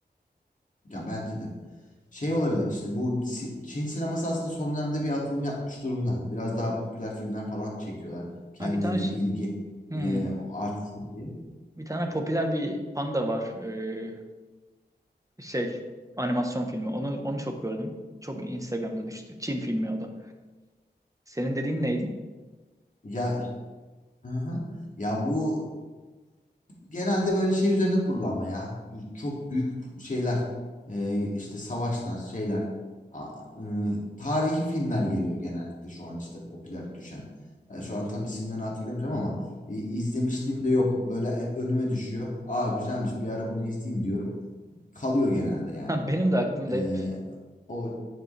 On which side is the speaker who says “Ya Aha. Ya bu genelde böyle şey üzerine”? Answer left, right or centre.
Left